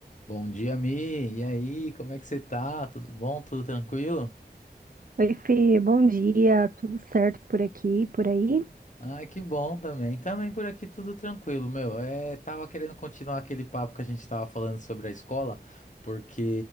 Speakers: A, on the left; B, on the right.
A: Bom dia, Mi. E aí, como é que você tá? Tudo bom? Tudo tranquilo?
B: Oi, Fê, bom dia, tudo certo por aqui, por aí?
A: Ai, que bom também. Também por aqui tudo tranquilo, meu. É, tava querendo continuar aquele papo que a gente tava falando sobre a escola, porque